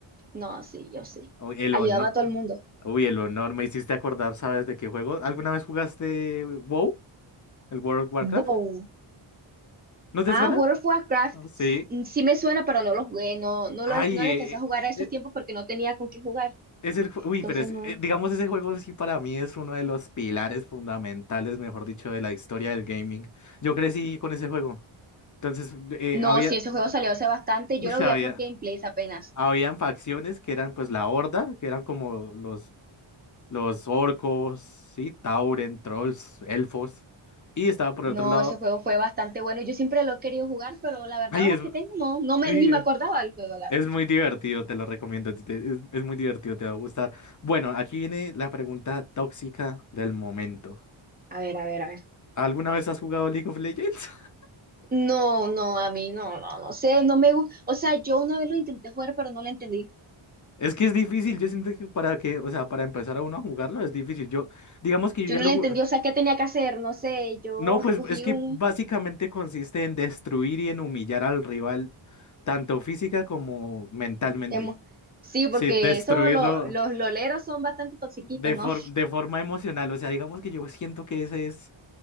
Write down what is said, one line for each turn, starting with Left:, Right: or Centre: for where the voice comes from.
Right: No, sí, yo sí.
Left: Uy, el
Right: Ayudaba
Left: honor.
Right: a todo el mundo.
Left: Uy, el honor. Me hiciste acordar, ¿sabes de qué juego? ¿Alguna vez jugaste WoW? ¿El World of Warcraft?
Right: Bow.
Left: ¿No te
Right: Ah,
Left: suena?
Right: World of Warcraft.
Left: No, Sí.
Right: Sí me suena, pero no lo jugué. No, no
Left: Ay,
Right: lo, no le
Left: eh,
Right: alcancé a jugar a esos
Left: eh,
Right: tiempos porque no tenía con qué jugar.
Left: es el... jue- Uy,
Right: Entonces
Left: pero es-
Right: no.
Left: eh, digamos, ese juego sí para mí es uno de los pilares fundamentales, mejor dicho, de la historia del gaming. Yo crecí con ese juego. Entonces, eh,
Right: No,
Left: había...
Right: sí, ese juego salió hace bastante. Yo
Left: Uy,
Right: lo
Left: había...
Right: vi por Gameplays apenas.
Left: Habían facciones que eran pues la Horda, que eran como los los orcos, sí, Tauren, trolls, elfos. Y estaba por
Right: No,
Left: otro lado.
Right: ese juego fue bastante bueno. Yo siempre lo he querido jugar, pero la verdad
Left: Ay,
Right: ahora
Left: es,
Right: que tengo, no, no me,
Left: sí,
Right: ni me acordaba del juego, la
Left: es
Right: verdad.
Left: muy divertido, te lo recomiendo. te- te- Es, es muy divertido, te va a gustar. Bueno, aquí viene la pregunta tóxica del momento.
Right: A ver, a ver, a ver.
Left: ¿Alguna vez has jugado League of Legends? <laughs>
Right: No, no, a mí no, no, no sé, no me gusta. O sea, yo una vez lo intenté jugar, pero no lo entendí.
Left: Es que es difícil, yo siento que para que, o sea, para empezar a uno a jugarlo es difícil. Yo, digamos que yo
Right: Yo
Left: ya
Right: no
Left: lo
Right: lo entendí,
Left: ju-
Right: o sea, qué tenía que hacer, no sé, yo
Left: No, pues
Right: escogí
Left: es que
Right: un...
Left: básicamente consiste en destruir y en humillar al rival, tanto física como mentalmente.
Right: emo- Sí, porque
Left: Sí, destruirlo
Right: eso, lo- los loleros son bastante toxiquitos,
Left: de,
Right: ¿no?
Left: for- de forma emocional. O sea, digamos que yo siento que ese es,